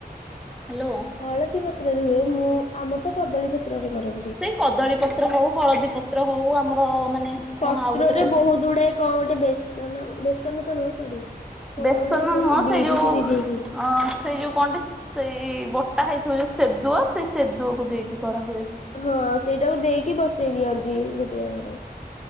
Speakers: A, in the centre; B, on the left (about 45°).
A: ହ୍ୟାଲୋ।
B: ହଳଦୀ ପତ୍ରରେ ହୁଏ ମୁଁ ଆମର ତ କଦଳୀ ପତ୍ରରେ କରନ୍ତି।
A: ସେଇ କଦଳୀ ପତ୍ର ହଉ ହଳଦୀ ପତ୍ର ହଉ ଆମର ମାନେ କଣ
B: ପତ୍ରରେ
A: ଆଉ ଗୋଟେ କୋଉ
B: ବହୁତ ଗୁଡାଏ କଣ ଗୋଟେ ବେସନ ବେସନ ତ ନୁହଁ ସରି କଣ
A: ବେସନ
B: ସବୁ
A: ନୁହଁ
B: ବିରି
A: ସେଇ ଯୋଉ
B: ଫିରି ଦେଇକି
A: ଅ ସେଇ ଯୋଉ କଣ ଟି ସେଇ ବଟା ହେଇଥିବ ଯୋଉ ସେଦୁଅ ସେଇ ସେଦୁଅକୁ ଦେଇକି କରାହୁଏ।
B: ହଁ ସେଇଟାକୁ ଦେଇକି ବସେଇ ଦିଅନ୍ତି ଗୋଟେ ଜାଗାରେ